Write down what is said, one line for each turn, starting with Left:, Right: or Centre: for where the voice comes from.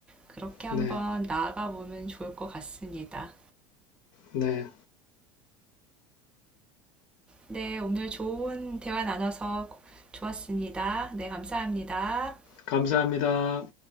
Centre: 그렇게 한번
Left: 네,
Centre: 나아가 보면 좋을 것 같습니다.
Left: 네.
Centre: 네, 오늘 좋은 대화 나눠서 좋았습니다. 네, 감사합니다.
Left: 감사합니다.